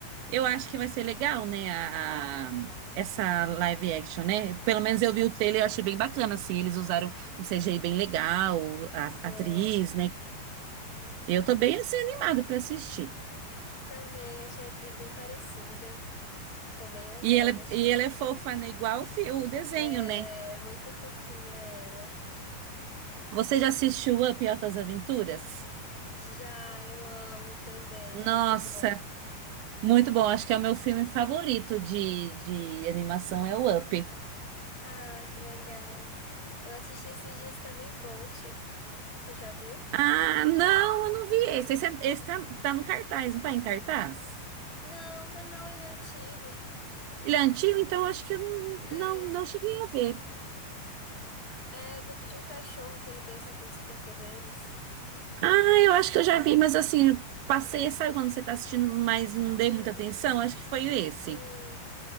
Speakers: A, on the right (about 80°); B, on the left (about 20°).
A: eu acho que vai ser legal, né? A, a- essa live action, né? Pelo menos eu vi o trailer e eu achei bem bacana, assim. Eles usaram um CGI bem legal, a,
B: Foi.
A: a atriz, né? Eu tô bem, assim, animada pra assistir.
B: Também achei a atriz bem parecida. Ficou bem legal,
A: E ela,
B: gostei.
A: e ela é fofa, né? Igual o, fi- o desenho,
B: É,
A: né?
B: muito fofinha ela.
A: Você já assistiu Up e Altas Aventuras?
B: Já, eu amo também,
A: Nossa,
B: muito bom.
A: muito bom. Acho que é o meu filme favorito de, de animação, é o Up.
B: Ah, que legal. Eu assisti esses dias também Bolt. Você já viu?
A: Ah, não, eu não vi esse. Esse, é- esse tá, tá no cartaz, não tá em cartaz?
B: Não, tá não, ele é antigo.
A: Ele é antigo, então eu acho que eu não,
B: É,
A: não, não cheguei a ver.
B: é do- de um cachorro que ele pensa que tem superpoderes.
A: Ah, eu acho que eu já vi, mas assim, eu passei, sabe quando você tá assistindo, mas não dei
B: Uhum.
A: muita atenção? Acho que foi esse.
B: Sim.